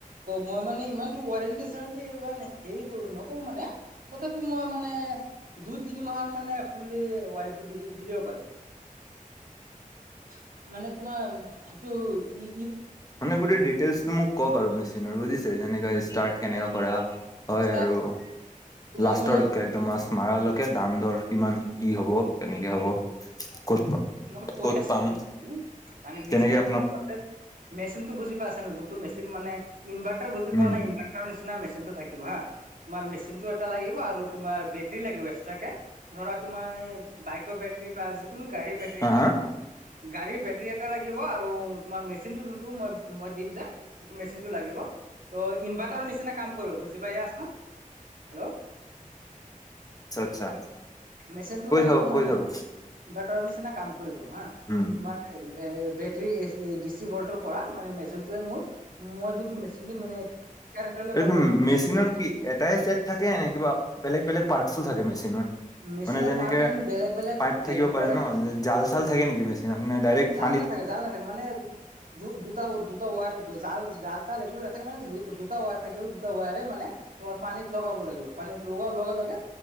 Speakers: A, on the right; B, on the left.
A: মই মানে ইমানটো ৱাৰেণ্টি -চাৰেণ্টি ইমান হেৰি কৰো নকৰোঁ মানে তথাপি মই মানে দুই তিনি মাহৰ মানে ফুললি ৱাৰেণ্টি দি-দি দিব পাৰিম। <inaudible> মানে তোমাৰ সেইটো ই
B: মানে গোটেই ডিটেইলচটো মোক ক'ক আৰু মেচিনৰ বুজিছে যেনেকে ষ্টাৰ্ট কেনেকে কৰা? হয়,
A: ষ্টাৰ্ট
B: আৰু
A: তোমাৰ
B: লাষ্টৰলৈকে
A: মানে
B: একদম মাছ মাৰা লৈ কে দাম- দৰ কিমান, কি হ'ব, কেনেকে হ'ব। ক'ত পাম
A: মই কৈ
B: ক'ত
A: আছো
B: পাম
A: শুনা তুমি মানে মেচিন
B: তেনেকে আপোনাক
A: <unintelligible> মেচিন টো বুজি পাইছা নে যোনটো মেচিন মানে ইনভাৰ্টাৰ বুজি পোৱা
B: উম,
A: নে ইনভাৰ্টাৰ নিচিনা মেচিন টো থাকিব হা, তোমাৰ মেচিনটো এটা লাগিব আৰু তোমাৰ বেটৰী লাগিব এক্সট্ৰাকে ধৰা তোমাৰ বাইকৰ বেটৰী বা যিকোনো গাড়ীৰ বেটৰী
B: হা
A: এটা
B: হা
A: গাড়ী ৰীৰ বেটৰী এটা লাগিব আৰু তোমাৰ মেচিনটো যোনটো মই - মই দিম যে সেইটো মেচিনটো লাগিব ত' ইনভাৰ্টাৰৰ নিচিনা কাম কৰিব বুজি পাই আছা না, হেল্ল',?
B: আচ্ছা- আচ্ছা
A: মেচিনটো
B: কৈ
A: মানে
B: থাকক-
A: তোমাৰ
B: কৈ থাকক।
A: ইনভাৰ্টাৰৰ নিচিনা কাম কৰিব হা,
B: উম।
A: তোমাৰ এ বেটৰী এচি ডিচি ভল্টৰ পৰা মানে মেচিনটোৱে মোৰ মই মেচিন দিম মানে কাৰেণ্টলৈ
B: এইটো
A: কনভাৰ্ট কৰিব
B: মেচিনৰ কি এটায়ে ছেট থাকে নে কিবা বেলেগ-বেলেগ পাৰ্টছো থাকে মেচিনৰ।
A: মেচিনৰ
B: মানে যেনেকে
A: পাৰ্ট মানে বেলেগ বেলেগ
B: পাইপ থাকিব
A: বেলেগ
B: পাৰে
A: বেলেগ
B: ন, জাল চাল থাকে নেকি মেচিনত নে ডাইৰেক্ট পা
A: জাল নাথাকে জাল নাথাকে মানে দু দুটা- দুটা ৱাৰ থাকে জাল- জাল তাল একোৱে না থাকে মানে দুটা ৱায়াৰ থাকে দুটা ৱায়াৰে মানে তোমাৰ পানীত লগাব লাগিব, পানীত লগোৱাৰ লগে- লগে